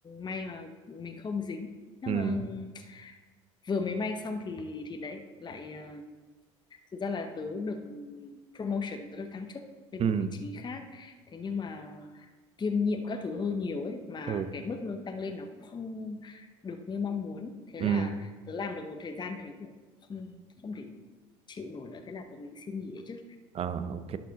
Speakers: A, on the left; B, on the right.
A: may mà mình không dính nhưng
B: ừ
A: mà ừ, vừa mới may xong thì thì đấy lại ờ, thực ra là tớ được promotion tớ được thăng chức lên
B: ừ
A: một vị trí khác thế nhưng mà kiêm nhiệm các thứ hơi nhiều ấy mà
B: ừ
A: cái mức lương tăng lên nó cũng không được như mong muốn thế
B: ừ
A: là tớ làm được một thời gian thấy kiểu không không thể chịu nổi nữa thế là tớ mới xin nghỉ ấy chứ
B: à, ok